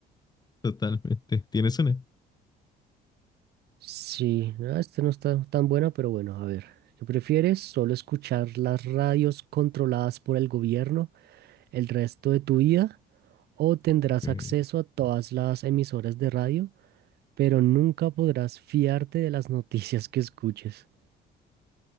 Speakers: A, on the left; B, on the right.
A: Totalmente. ¿Tienes una?
B: Sí, ah, este no está tan buena, pero bueno, a ver. ¿Qué prefieres? ¿Solo escuchar las radios controladas por el gobierno el resto de tu vida o tendrás
A: Ok.
B: acceso a todas las emisoras de radio, pero nunca podrás fiarte de las <laughs> noticias que escuches.